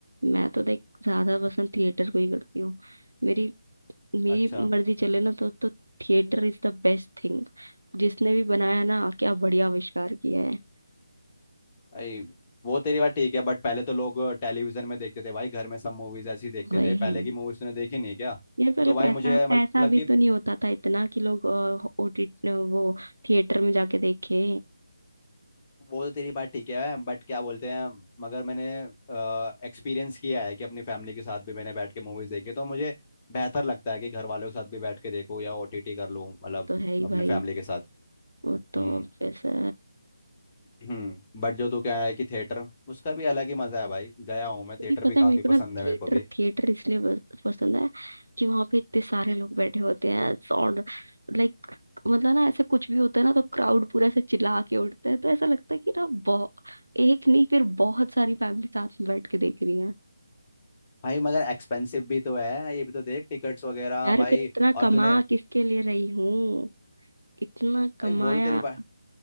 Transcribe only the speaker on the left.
अच्छा
भाई वो तेरी बात ठीक है बट पहले तो लोग टेलीविजन में देखते थे भाई घर में सब मूवीज ऐसी देखते
थे पहले की मूवीज तूने देखी नहीं है क्या
तो
भाई मुझे मतलब
कि
वो तो तेरी बात ठीक है बट क्या बोलते हैं मगर मैंने एक्सपीरियंस किया है कि अपनी फैमिली के साथ भी मैंने बैठ के मूवीज देखी तो मुझे बेहतर लगता है कि घर वालों के साथ भी बैठ के देखूँ या ओटीटी कर लूँ मतलब
अपने
फैमिली के साथ
हम्म
हम्म बट जो तू कह रहा है कि थिएटर उसका भी अलग ही मजा है भाई गया हूँ मैं
थिएटर
भी काफी
पसंद है
मेरे को भी
भाई मगर एक्सपेंसिव भी तो है ये भी तो देख टिकट्स वगैरह
भाई
और
तूने
भाई वो तो तेरी बात